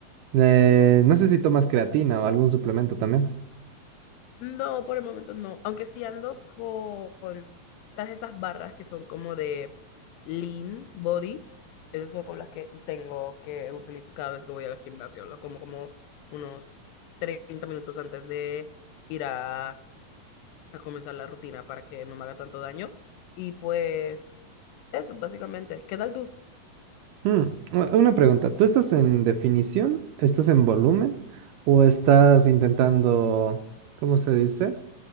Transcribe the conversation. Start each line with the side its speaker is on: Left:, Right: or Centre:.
Right: Eh, no sé si tomas creatina o algún suplemento también.
Left: No, por el momento no. Aunque sí ando con, ¿sabes? Esas barras que son como de lean body. Esas son con las que tengo que utilizo cada vez que voy al gimnasio. Lo como como unos 30 minutos antes de ir a, a comenzar la rutina para que no me haga tanto daño. Y pues eso, básicamente. ¿Qué tal tú?
Right: Mm, u- una pregunta, ¿tú estás en definición? ¿Estás en volumen? ¿O estás intentando, ¿cómo se dice?